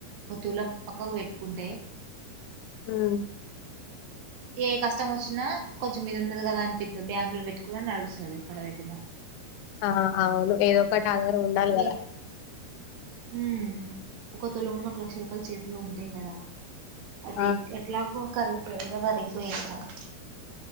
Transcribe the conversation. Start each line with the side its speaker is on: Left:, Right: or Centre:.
Right: ఒక తులం పక్కకు పెట్టుకుంటే
Left: హ్మ్
Right: ఏ కష్టం వచ్చినా కొంచెం ఇది ఉన్నది కదా అనిపితది బ్యాంకు లో పెట్టుకున్న నడుస్తది ఎక్కడ పెట్టినా
Left: ఆ అవును ఏదో ఒకటి ఆధారం ఉండాలి కదా
Right: ఏ హ్మ్ ఒక తులమున్న ఒక లక్ష రూపాయల చేతిలో ఉంటాయి కదా అదే
Left: ఆ
Right: ఎట్లాగో కరుగ్ లేదుగదా రిపోయేది గద్